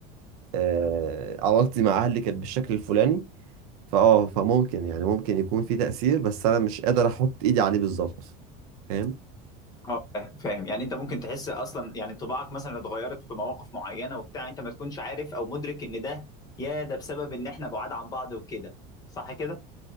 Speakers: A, on the right (about 80°); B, on the left (about 20°).
A: آه، علاقتي مع اهلي كانت بالشكل الفلاني فاه فممكن يعني ممكن يكون في تأثير بس انا مش قادر احط ايدي عليه بالظبط فاهم
B: اه فاهم فاهم. يعني انت ممكن تحس اصلا يعني طباعك مثلا اتغيرت في مواقف معينه وبتاع انت ما تكونش عارف او مدرك ان ده يا ده بسبب ان احنا بعاد عن بعض وكده صح كده؟